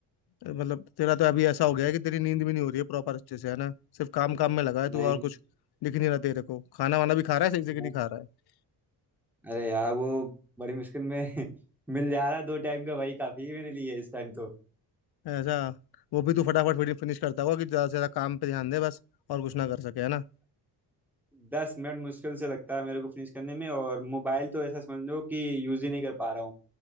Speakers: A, on the left; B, in the centre.
A: मतलब तेरा तो अभी ऐसा हो गया है कि तेरी नींद भी नहीं हो रही है प्रॉपर अच्छे से है ना सिर्फ काम काम में लगा है तू
B: नहीं
A: और कुछ दिख नहीं रहा तेरे को खाना वाना भी खा रहा है सही से
B: नहीं।
A: कि नहीं खा रहा है
B: अरे यार वो बड़ी मुश्किल में <laughs> मिल जा रहा है दो टाइम का वही काफ़ी है मेरे लिए इस टाइम तो
A: ऐसा वो भी तू फटाफट वीडियो फिनिश करता होगा कि ज़्यादा से ज़्यादा काम पे ध्यान दे बस और कुछ ना कर सके है ना
B: दस मिनट मुश्किल से लगता है मेरे को फिनिश करने में और मोबाइल तो ऐसा समझ लो कि यूज़ ही नहीं कर पा रहा हूँ